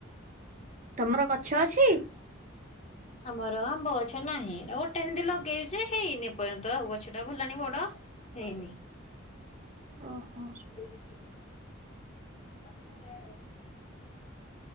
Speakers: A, on the right; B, on the left.
A: ତମର ଗଛ ଅଛି।
B: ଆମର ଆମ୍ବ ଗଛ ନାହିଁ ଗୋଟେ ଏମତି ଲଗେଇଛ ହେଇନି ଏପର୍ଯ୍ୟନ୍ତ ଆଉ ଗଛ ଟା ଭଲାଣି ବଡ ହେଇନି
A: ଓହୋ
B: <unintelligible> ଆରେ